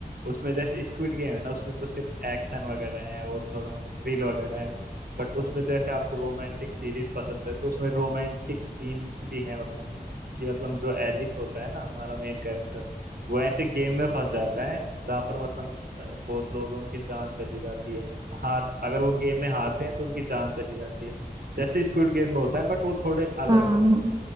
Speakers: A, on the right (about 70°); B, on the right (about 20°).
A: उसमें जैसे स्क्विड गेम है ना उसमें तो सिर्फ एक्शन वगैरह है और थोड़ा थ्रिल वगैरह है बट उसमें जैसे आपको रोमांटिक सीरीज पसंद है तो उसमें रोमांटिक सीन्स भी है मतलब कि मतलब जो एलिस होता है ना हमारा मेन कैरेक्टर वो ऐसे गेम में फंस जाता है जहाँ पर मतलब अ, बहुत लोग हैं उनकी जान चली जाती है हार अगर वो गेम में हारते हैं तो उनकी जान चली जाती है जैसे स्क्विड गेम में होता है बट वो थोड़े अलग
B: हाँ हाँ
A: है मतलब
B: हाँ।